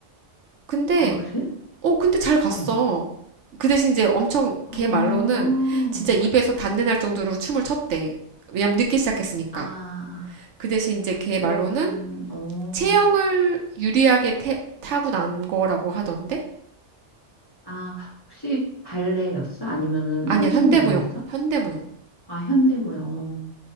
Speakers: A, on the right; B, on the left.
A: 근데
B: 아, 그래?
A: 어, 근데 잘 갔어.
B: 어,
A: 그 대신 이제 엄청
B: 아,
A: 걔 말로는 진짜 입에서 단내 날 정도로 춤을 췄대. 왜냐면 늦게 시작했으니까.
B: 아.
A: 그 대신 이제 걔
B: 그러면은
A: 말로는
B: 어,
A: 체형을 유리하게 태- 타고 난 거라고 하던데?
B: 아, 혹시 발레였어? 아니면은
A: 아니야,
B: 한국
A: 현대무용.
B: 무용이었어?
A: 현대무용.
B: 아, 현대 무용.